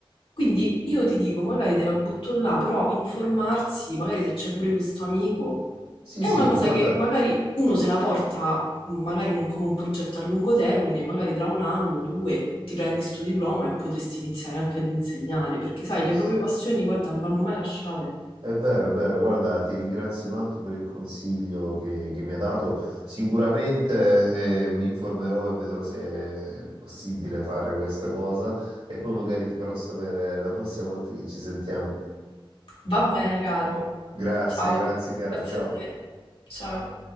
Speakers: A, on the left; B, on the right.
A: Quindi io ti dico, magari te la butto là, però informarsi, magari se c'è pure questo amico,
B: Sì,
A: è
B: sì,
A: una cosa
B: guarda,
A: che magari uno se la porta, magari un- come un progetto a lungo termine, magari tra un anno, due, ti prendi sto diploma e potresti iniziare anche ad insegnare, perché
B: eh,
A: sai, le
B: s-
A: proprie passioni, guarda, non vanno mai lasciate.
B: è vero, è vero, guarda, ti ringrazio tanto per il consiglio che, che mi ha dato. Sicuramente, eh, mi informerò e vedrò se è possibile fare questa cosa e poi magari ti farò sapere la prossima volta che ci sentiamo.
A: Va bene, caro.
B: Grazie,
A: Ciao,
B: grazie Chiara,
A: grazie
B: ciao.
A: a te. Ciao.